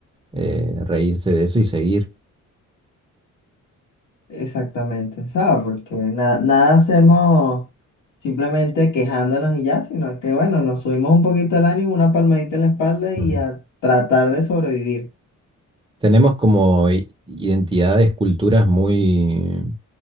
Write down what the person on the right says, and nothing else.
eh, reírse de eso y seguir.
Ujú.
Tenemos como i- identidades, culturas muy,